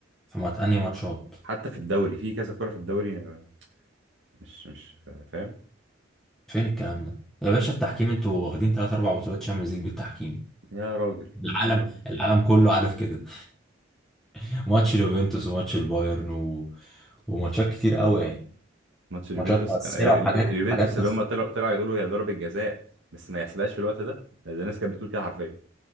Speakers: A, in the centre; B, on the right.
A: في مات انهي ماتشات
B: حتى في الدوري في كذا كره في الدوري آه، مش مش آه، فاهم
A: فين الكلام ده يا باشا التحكيم انتوا واخدين ثلاث اربع بطولات شامبيونز ليج بالتحكيم
B: يا راجل
A: العالم
B: يا راجل
A: العالم كله عارف كده <laughs> ماتش اليوفنتوس وماتش البايرن و... وماتشات كتير قوي يعني
B: ماتش اليوفنتوس
A: ماتشات مؤثره
B: آه، ال-
A: وحاجات
B: ال- اليوفنتوس
A: حاجات في
B: اللي هم طلعوا طلعوا يقولوا هي ضربه جزاء بس ما يحسبهاش في الوقت ده ده ناس كانت بتقول كده حرفيا